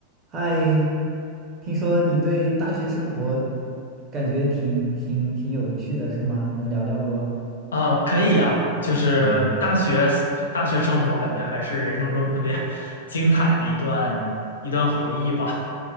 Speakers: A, on the right (about 25°); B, on the left (about 70°).
A: 嗨，听说你对大学生活感觉挺挺挺有趣的，是吗？能聊聊不？
B: 啊，可以呀，就是大学大学生活，
A: 嗯
B: 感觉还是人生中特别 <laughs> 精彩的一段一段回忆吧。